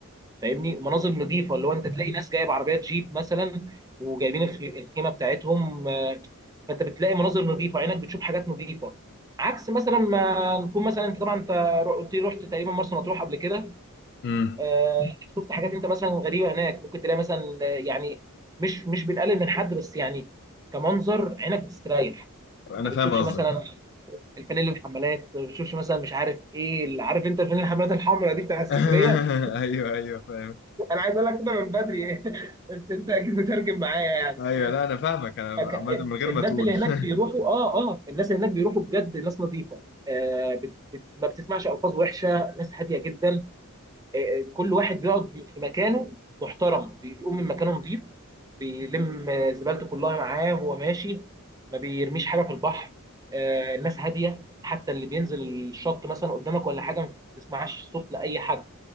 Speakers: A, on the right (about 15°); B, on the left (about 50°).
A: فاهمني ومناظر نظيفه اللي هو انت تلاقي ناس جايب عربيات جيب مثلا وجايبين الخ- الخيمه بتاعتهم آه، فانت بتلاقي مناظر نظيفه عينك بتشوف حاجات نظيفه عكس مثلا ما نكون مثلا انت طبعا انت رو- قلت لي رحت تقريبا مرسى مطروح قبل كده
B: امم
A: آه، شفت حاجات انت مثلا غريبه هناك ممكن تلاقي مثلا آه، يعني مش مش بنقلل من حد بس يعني كمنظر عينك بتستريح
B: انا
A: ما
B: فاهم
A: بتشوفش
B: قصدك
A: مثلا الفانيل الحمالات ما بتشوفش مثلا مش عارف ايه اللي عارف انت الفانيل الحمالات الحمراء دي بتاع اسكندريه
B: <laughs> ايوه ايوه فاهم
A: انا عايز اقول لك كده من بدري <laughs> بس انت اكيد مترجم معايا يعني
B: ايوه لا انا فاهمك انا
A: فك-
B: عامة من غير
A: الناس
B: ما تقول
A: اللي هناك
B: <laughs>
A: بيروحوا اه اه الناس اللي هناك بيروحوا بجد ناس نظيفه آه بت... بت... ما بتسمعش الفاظ وحشه ناس هاديه جدا آه آه، كل واحد بيقعد في مكانه محترم بيقوم من مكانه نظيف بيلم آه، زبالته كلها معاه وهو ماشي ما بيرميش حاجه في البحر آه الناس هاديه حتى اللي بينزل الشط مثلا قدامك ولا حاجه ما بتسمعش صوت لاي حد